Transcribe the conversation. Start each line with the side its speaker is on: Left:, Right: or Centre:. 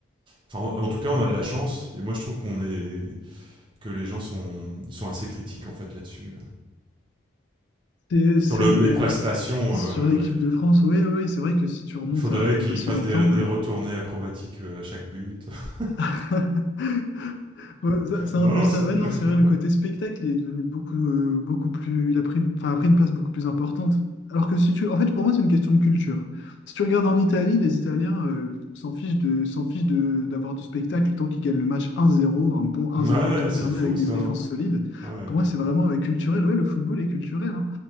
Right: Enfin, en, en tout cas, on a de la chance, et moi je trouve qu'on est que les gens sont sont assez critiques en fait là-dessus.
Left: c'est c'est
Right: Sur le-
Left: vrai.
Right: les prestations,
Left: Ah, sur
Right: euh,
Left: l'équipe de France, oui, oui, c'est vrai que si tu remontes
Right: il faudrait
Left: à il n'y
Right: qu'ils
Left: a pas si
Right: fassent
Left: longtemps.
Right: des, des
Left: euh,
Right: retournées acrobatiques euh, à chaque but. <laughs>
Left: <laughs> Ouais, ça- c'est
Right: non
Left: un peu
Right: non,
Left: ça.
Right: c'est
Left: Ouais,
Right: <laughs>
Left: non, c'est vrai, le côté spectacle, il est devenu beaucoup, euh, beaucoup plus. Il a pris une, enfin, a pris une place beaucoup plus importante. Alors que si tu. En fait, pour moi, c'est une question de culture. Si tu regardes en Italie, les Italiens euh, s'en fichent de, s'en fichent de, d'avoir du spectacle tant qu'ils gagnent le match 1-0, un bon 1-0
Right: voilà.
Left: bien
Right: ouais, c'est
Left: fermé
Right: fou
Left: avec
Right: ça.
Left: des
Right: hein.
Left: défenses solides.
Right: Ouais.
Left: Pour moi, c'est vraiment euh, culturel. Ouais, le football est culturel. hein.